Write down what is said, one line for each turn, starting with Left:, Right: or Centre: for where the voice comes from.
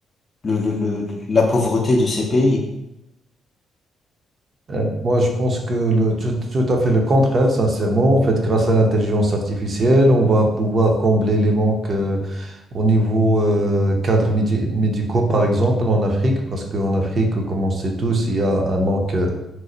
Left: le, le- le- la pauvreté de ces pays.
Right: Euh, moi, je pense que le, tout, tout à fait le contraire, sincèrement. En fait, grâce à l'intelligence artificielle, on va pouvoir combler les manques. euh, Au niveau euh, cadres médi- médicaux, par exemple, en Afrique, parce qu'en Afrique, comme on sait tous, il y a un manque